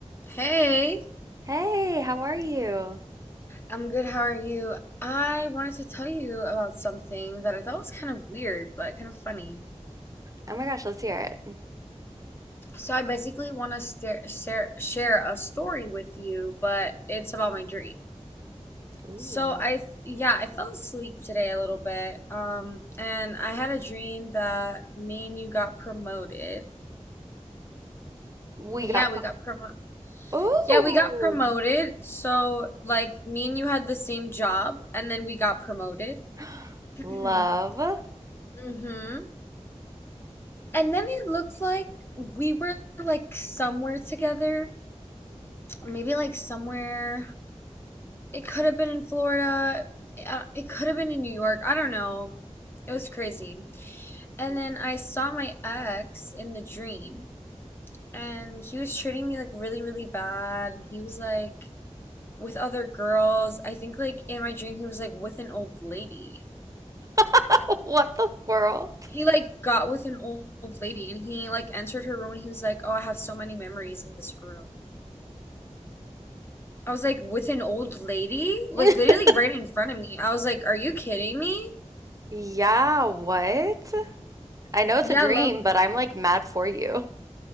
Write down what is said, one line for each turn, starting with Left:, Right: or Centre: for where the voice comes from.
Left: Hey,
Right: Hey, how are you?
Left: I'm good. How are you? I wanted to tell you about something that I thought was kind of weird, but kind of funny.
Right: Oh my gosh, let's hear it.
Left: So I basically want to share, share a story with you, but it's about my dream.
Right: Ooh.
Left: So I, yeah, I fell asleep today a little bit, um, and I had a dream that me and you got promoted.
Right: We
Left: Yeah,
Right: got
Left: we
Right: pro-
Left: got promoted.
Right: Ooh.
Left: Yeah, we got promoted. So like me and you had the same job, and then we got promoted.
Right: <gasps>
Left: <clears throat>
Right: Love.
Left: Mm-hmm. And then it looked like we were like somewhere together, maybe like somewhere. It could have been in Florida. uh, It could have been in New York. I don't know. It was crazy. And then I saw my ex in the dream, and he was treating me like really, really bad. And he was like with other girls. I think like in my dream, he was like with an old lady.
Right: <laughs> What the world?
Left: He like got with an old lady, and he like entered her room, and he was like, "Oh, I have so many memories in this room." I was like with an old lady, like
Right: <laughs>
Left: literally right in front of me. I was like, "Are you kidding me?"
Right: Yeah, what? I know
Left: Yeah,
Right: it's a dream,
Left: look.
Right: but I'm like mad for you.